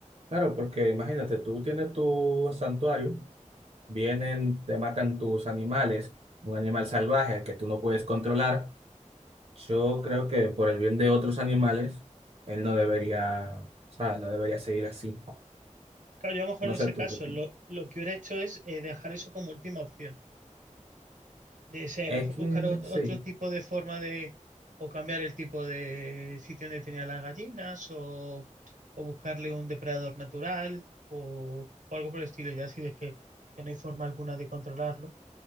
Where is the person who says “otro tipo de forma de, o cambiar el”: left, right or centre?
Right